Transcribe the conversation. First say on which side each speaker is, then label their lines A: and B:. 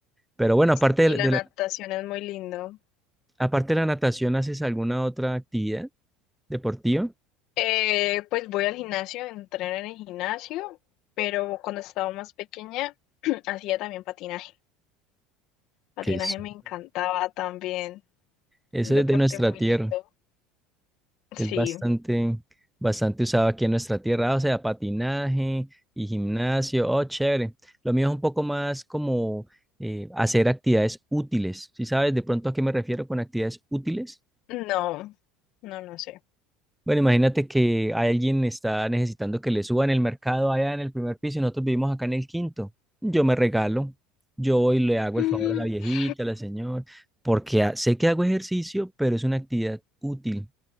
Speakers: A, in the centre; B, on the left.
A: Pero bueno, aparte
B: Y
A: de, la,
B: la
A: de
B: natación
A: la-
B: es muy lindo.
A: aparte de la natación, ¿haces alguna otra actividad deportiva?
B: Eh, pues voy al gimnasio, entreno en el gimnasio, pero cuando estaba más pequeña <clears throat> hacía también patinaje. Patinaje
A: Que es
B: me encantaba también,
A: Eso
B: un deporte
A: es de nuestra
B: muy
A: tierra.
B: lindo.
A: Es
B: Sí,
A: bastante, bastante usado aquí en nuestra tierra, o sea, patinaje y gimnasio, oh, chévere. Lo mío es un poco más como eh, hacer actividades útiles. Si sabes de pronto a qué me refiero con actividades útiles?
B: no, no, no sé.
A: Bueno, imagínate que alguien está necesitando que le suban el mercado allá en el primer piso y nosotros vivimos acá en el quinto. Yo me regalo, yo voy y le hago
B: <laughs>
A: el favor a la viejita, a la señora, porque ah, sé que hago ejercicio, pero es una actividad útil.